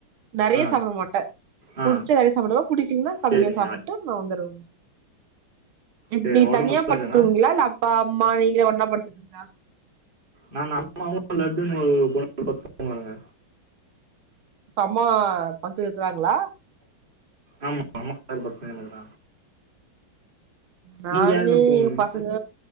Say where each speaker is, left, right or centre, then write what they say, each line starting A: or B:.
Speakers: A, on the right; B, on the right.
A: நிறைய
B: ஆ
A: சாப்ட மாட்டே
B: ஆ
A: புடிச்ச நிறைய சாப்டுவ புடிக்கலன்னா கம்மியா
B: சேரிங்க
A: சாப்புட்டு அ வந்துருவ இப்ப
B: சேரிங்க
A: நீ
B: ஒடம்பு
A: தனியா
B: நல்லா
A: படுத்து
B: இருக்கானா
A: தூங்குவீங்ளா இல்ல அப் பா அம்மா நீங்களா ஒண்ணா படுத்துபீங்களா
B: நானு அம்மாவு லட்டுன்ன ஒரு ரூம் ல படுத்துக்குவாங்க
A: இப்ப அம்மா படுத்து இருக்குறாங்ளா
B: ஆமா ஆமா வேல பாக்க <inaudible>
A: நானு
B: நீங்க யாரு கூட தூங்குவீங்க
A: எங்க பசங்க